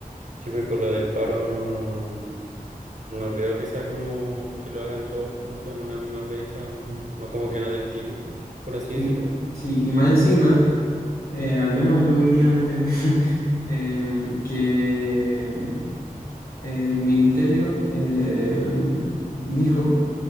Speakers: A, on the right; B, on the left.
A: Tipo, y con lo del paro no, no creo que sea como que lo hagan todos juntos en una misma fecha, o no como que no del tiempo, por así
B: Sí,
A: decirlo.
B: sí, y más encima, eh, al menos yo hoy día me enteré <laughs> em, que em, el ministerio em, dijo